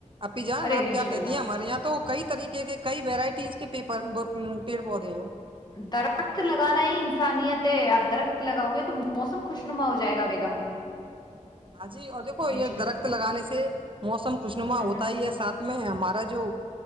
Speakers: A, on the right; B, on the left.
A: اپی جان
B: ارے
A: آپ
B: انشاء
A: کیا کہتی
B: اللہ
A: ہیں ہمارے یہاں تو کئی طریقے کے کئی ویرائٹیز کے پیر پیڑ پودے ہیں
B: درخت درخت لگانا ہی انسانیت ہے آپ درخت لگاؤ گے تو موسم خوشنما ہو جائے گا بیگم
A: ہاں جی اور دیکھو
B: انشاء
A: یہ درخت لگانے سے موسم خوشنما
B: ہوں
A: ہوتا
B: ہوں
A: ہی ہے ساتھ میں ہمارا جو